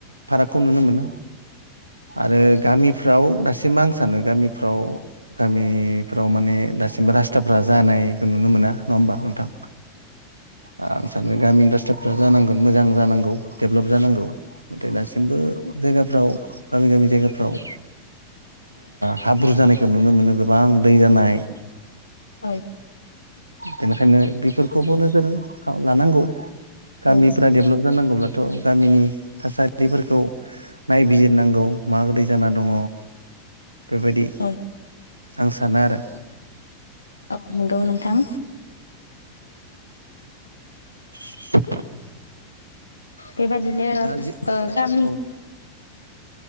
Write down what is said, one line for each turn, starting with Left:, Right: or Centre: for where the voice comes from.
Right: फारागखौ नुनो मोनो। आरो गामिफ्राव दासिम आं सानो गामि फ्राव गामिफ्राव माने दासिमबो रासथाफ्रा जानायखौ नुनो मोना। नङा होमबा नोंथां? आं सानो गामिनि रासथाफ्रा जानांगोन मोजां जानांगौ देभलप जानांगौ। नाथाय दासिमबो जायगा फ्राव गामि गामि जायगाफ्राव ओ हाब्रु जानायखौ नुनो मोनो गोबां दै जानाय
Left: औ
Right: बेनिखायनो बेफोरखौबो नोजोराव लानांगौ गामिफ्रा
Left: औ
Right: डेभलप जानांगौब्ला थ गामिनि थासारिफोरखौ नायबिजिरनांगौ माब्रै जाना दङ बेबायदि
Left: औ
Right: आं सानो आरो
Left: औ नंगौ नोंथां
Right: <inaudible>
Left: बेबादिनो
Right: दा जि
Left: ओ गामि
Right: औ